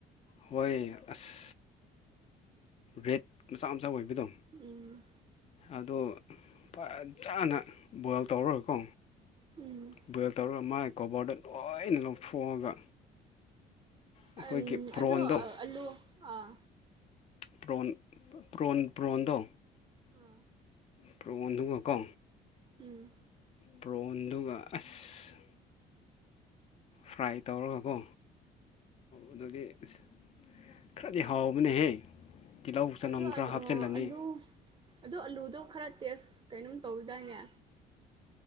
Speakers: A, on the left; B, on the right.
A: ꯍꯣꯏ ꯑꯁ ꯔꯦꯠ ꯃꯆꯥ ꯃꯆꯥ ꯑꯣꯏꯕꯗꯣ
B: ꯎꯝ
A: ꯑꯗꯨ ꯐꯖꯅ ꯕꯣꯏꯜ ꯇꯧꯔꯒꯀꯣ
B: ꯎꯝ
A: ꯕꯣꯏꯜ ꯇꯧꯔꯒ ꯃꯥꯥꯏ ꯀꯣꯕꯥꯔꯗ ꯂꯣꯏꯅ ꯂꯧꯊꯣꯛꯑꯒ ꯑꯩꯈꯣꯏꯒꯤ
B: ꯑꯝ
A: ꯄ꯭ꯔꯣꯟꯗꯣ
B: ꯑꯗꯣ ꯑꯂꯨ ꯑꯥ
A: ꯄ꯭ꯔꯣꯟ ꯄ꯭ꯔꯣꯟ ꯄ꯭ꯔꯣꯟꯗꯣ
B: ꯎꯝ
A: ꯄ꯭ꯔꯣꯟ ꯗꯨꯒꯀꯣ
B: ꯎꯝ
A: ꯄ꯭ꯔꯣꯟꯗꯨꯒ ꯑꯁ ꯐ꯭ꯔꯥꯏ ꯇꯧꯔꯒꯀꯣ ꯑꯗꯨꯒꯤ ꯑꯁ ꯈꯔꯗꯤ ꯍꯥꯎꯕꯅꯦꯍꯦ ꯇꯤꯜꯍꯧ ꯆꯅꯝ
B: ꯑꯗꯣ
A: ꯈꯔ
B: ꯑꯂꯨ
A: ꯍꯥꯞꯆꯤꯜꯂꯅꯤ
B: ꯑꯥ ꯑꯂꯨ ꯑꯗꯣ ꯑꯂꯨꯗꯣ ꯈꯔ ꯇꯦꯁ ꯀꯩꯅꯣꯝ ꯇꯧꯏꯗꯥꯏꯅꯦ